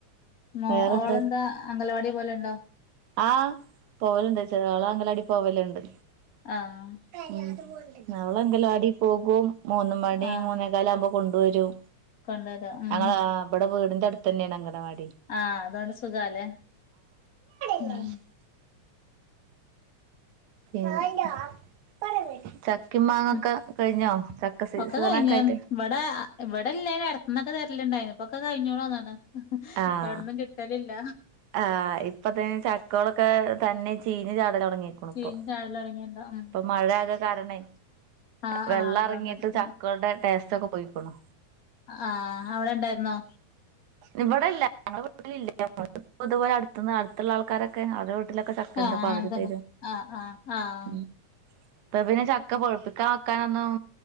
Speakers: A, on the left; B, on the right.
A: മോ
B: വേറെന്താ
A: ഓളന്താ അംഗലവാടി പോലെണ്ടോ?
B: ആഹ് പോവലിണ്ട് ചെറിയോള് അങ്കലവാടി പോകലിണ്ട്
A: ആഹ്
B: ഉം അവളംഗലവാടി പോകും മൂന്ന് മണി
A: ആഹ്
B: മൂന്നേ കാലാവുമ്പോ കൊണ്ടുവരും
A: കൊണ്ടുവരും ഉം
B: ഞങ്ങള ആഹ് ഇവിടെ വീടിന്റെ അടുത്ത് തന്നേണ് അംങ്കനവാടി.
A: ആഹ് അതാണ് സുഖാല്ലേ ഉം
B: <unintelligible> പിന്നെ ച ക്കിം മാങ്ങൊക്കെ
A: ഉം
B: കഴിഞ്ഞോ ചക്ക സീസനൊക്കെ
A: ഒക്കെ കഴിഞ്ഞ്
B: ആയിട്ട്
A: ഇവിടെ ഇവിടെല്ലേലും അടത്ത്ന്നൊക്കെ തരലിണ്ടായിനി ഇപ്പൊക്കെ കഴിഞ്ഞോളന്നാണ്
B: ആഹ്
A: എവിടുന്നും കി ട്ടലില്ല
B: ആഹ് ഇപ്പ ദേ ചക്കോളൊക്കെ തന്നെ ചീഞ്ഞ <unintelligible> തൊടങ്ങീക്കണു
A: ചീഞ്ഞ്
B: ഇപ്പൊ
A: ചാടല് തൊടങ്ങിയണ്ടോ ഉം
B: ഇപ്പൊ മഴയാകാ കാരണെ
A: ആഹ്
B: വെള്ളം
A: ആഹ് അതോണ്ടായിരിക്കും
B: എറങ്ങിയിട്ട് ചക്കൾടെ ടേസ്റ്റക്കെ പോയിക്കണു
A: ആഹ് അവിടെണ്ടായിരുന്നോ
B: ഇവിടെല്ല ഞങ്ങളുടെ വീട്ടിലില്ല <unintelligible> ഇതുപോലെ അടുത്ത്ന്ന് അടുത്തുള്ള ആൾക്കാരൊക്കെ അവർടെ വീ ട്ടിലക്കെ ചക്കെണ്ട്
A: ആഹ്
B: അപ്പ അവരുതരും
A: അതന്നെ ആഹ് ആഹ് ആഹ്
B: ഉം ഇപ്പ പിന്നെ ചക്ക പൊഴുപ്പിക്കാൻ വെക്കാനൊന്നും